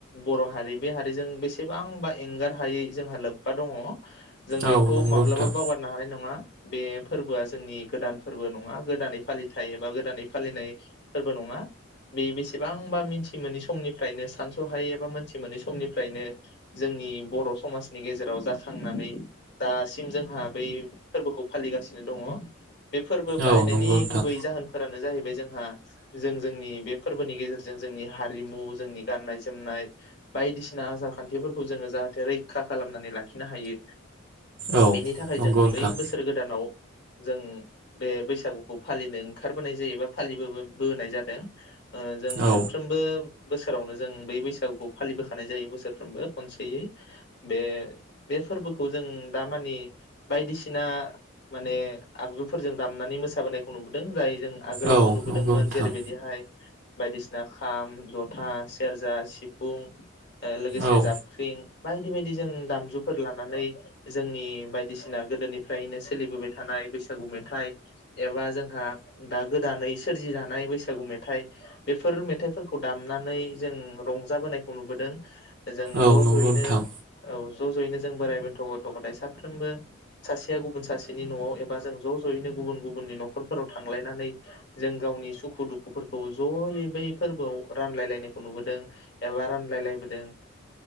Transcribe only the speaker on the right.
औ
नंगौ
नोंथां
औ नंगौ नोंथां
औ
नंगौ
नोंथां
औ
औ
नंगौ नोंथां
औ
औ
नंगौ
नोंथां